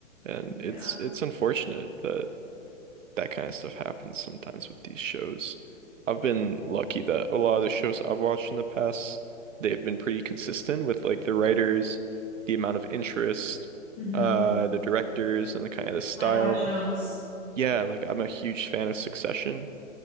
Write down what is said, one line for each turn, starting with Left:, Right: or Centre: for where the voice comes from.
Right: and it's
Left: Yeah.
Right: it's unfortunate that that kind of stuff happens sometimes with these shows. I've been lucky that a lot of the shows I've watched in the past, they've been pretty consistent with like the writers, the amount of interest,
Left: hmm
Right: uh, the directors and the kind of the style.
Left: Like what shows?
Right: Yeah, like I'm a huge fan of Succession.